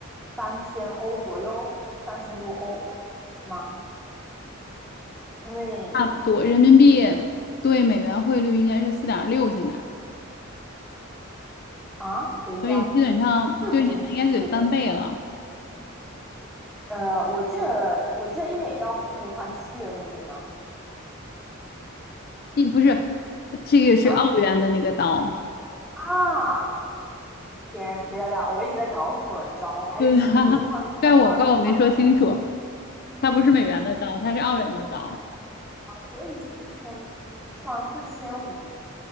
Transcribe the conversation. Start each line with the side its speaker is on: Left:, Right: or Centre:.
Centre: 三千欧左右，三千多欧吗？因为
Left: 差不多人民币对美元汇率应该是四点六现在，
Centre: 啊，等一下，
Left: 所以基本上对你们应该就得翻倍了。
Centre: 四点四点，呃，我记得我记得一美刀不是可以换七人民币吗？
Left: 一不是，这个是澳元的那个刀，
Centre: 啊，啊，天，等一下等一下，我一直在搞混，你知道吗？我还以为全部都是换算换算换算，
Left: 对，<laughs> 是他，<laughs> 怪我怪我没说清楚。它不是美元的刀，它是澳元的刀。
Centre: 所以四千算四千五，